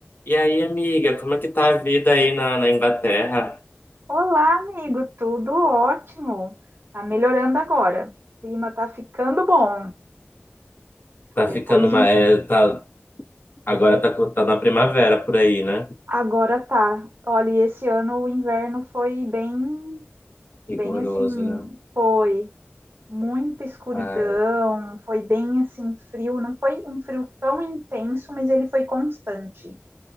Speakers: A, on the left (about 50°); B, on the right (about 60°).
A: E aí, amiga, como é que tá a vida aí na, na Inglaterra?
B: Olá, amigo, tudo ótimo. Tá melhorando agora. O clima tá ficando bom.
A: Tá
B: Depois
A: ficando
B: de
A: uma,
B: um...
A: é, tá, agora tá, co- tá na primavera por aí, né?
B: Agora tá. Olha, e esse ano o inverno foi bem,
A: Rigoroso,
B: bem assim,
A: né?
B: foi muita escuridão,
A: Ai,
B: foi bem assim frio, não foi um frio tão intenso, mas ele foi constante.